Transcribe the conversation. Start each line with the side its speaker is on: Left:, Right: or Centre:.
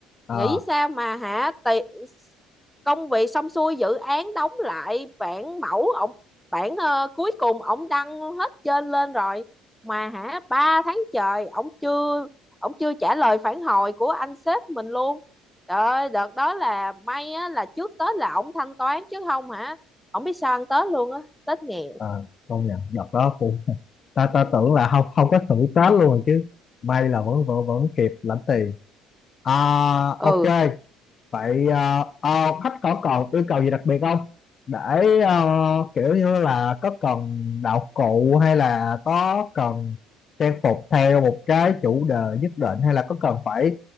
Left: à,
Centre: nghĩ sao mà hả tì, công việc xong xuôi dự án đóng lại bản mẫu ổng bản ờ, cuối cùng ổng đăng hết trên lên rồi mà hả ba tháng trời ổng chưa ổng chưa trả lời phản hồi của anh sếp mình luôn trời ơi đợt đó là may á là trước Tết là ổng thanh toán chứ không hả ổng biết sao ăn Tết luôn á Tết nghèo
Left: Ờ, công nhận đợt đó cũng <laughs> ta ta tưởng là không không có thử Tết luôn chứ may là vẫn vẫn vẫn kịp lãnh tiền à,
Centre: ừ
Left: ok vậy à, à, khách có còn yêu cầu gì đặc biệt không để à, kiểu như là có cần đạo cụ hay là có cần trang phục theo một cái chủ đề nhất định hay là có cần phải